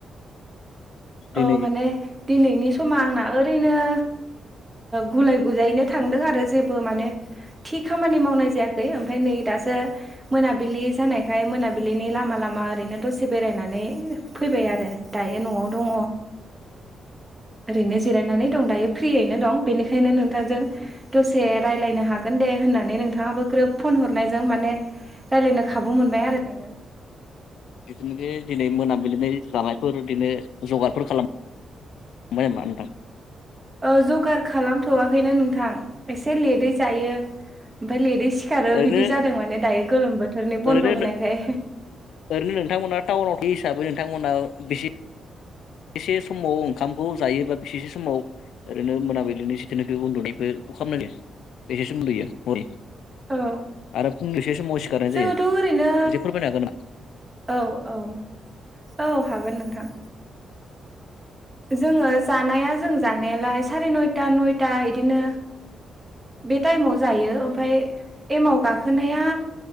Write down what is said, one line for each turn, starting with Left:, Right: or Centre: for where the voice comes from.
Left: दिनै
Right: औ माने दिनैनि समा आंना ओरैनो गुलाय गुजायैनो थांदों आरो जेबो माने थि खामानि मावनाय जायाखै ओमफफ्राय नै दासो मोनाबिलि जानायखाय मोनाबिलिनि लामा लामा ओरैनो दसे बेरायनानै फैबाय आरो दायो न'आव दङ ओरैनो जिरायनानै दं दायो फ्रियैनो दं बेनिखायनो नोंथांजों दसे रायज्लायनो हागोन दे होननानै नोंथाङाबो ग्रोब फन हरनायजों माने रायज्लायनो खाबु मोनबाय आरो नोङो
Left: बिदिनो दिनै मोनाबिलिनाय जानायफोर बिदिनो जगारफोर खालाम ममाइ मा होनदां
Right: औ जगार खालामथ'वाखैनो नोंथां एसे लेटै जायो ओमफ्राय लेटै सि फखारो
Left: ओरैनो
Right: बिदि जादों माने दायो गोलोम बोथोरनि
Left: ओरैनो
Right: बन्द' होनायखाय
Left: ओरैनो नोंथांमोना टाउन आावथि हिसाबै नोंथांमोना बेसे बेसेसे समाव ओंखामखौ जायोबा बेसेस समाव ओरैनो मोनाबिलिनो सिथनिफ्राय उन्दुनाय बेखौ खालामनाायो बेसे सोमोन्दैयो हरि
Right: औ
Left: आरो फुंनलिस समाव सिखारनाय
Right: जोङोथ'
Left: जायो मोनसे
Right: ओरैनो
Left: फोरमायनो हागोन नामा
Right: औ औ औ हागोन नोंथां जोङो जानाया जों जानायालाय साराय नयथा नयथा इदिनो बे टाइमाव जायो ओमफफ्राय एमाव गाखोनाया